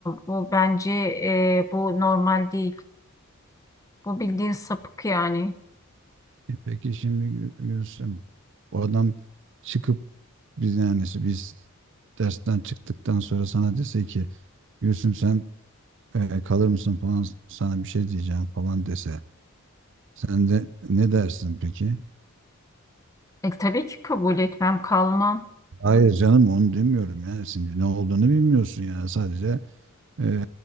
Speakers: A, on the left; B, on the right.
A: bu bence e, bu normal değil. Bu bildiğin sapık yani.
B: E peki şimdi Gül- Gülsüm o adam çıkıp biz yani işte biz dersten çıktıktan sonra sana dese ki Gülsüm sen e, kalır mısın falan sana bir şey diyeceğim falan dese sen de ne dersin peki?
A: E, tabii ki kabul etmem, kalmam.
B: Hayır canım onu demiyorum ya şimdi ne olduğunu bilmiyorsun yani sadece e,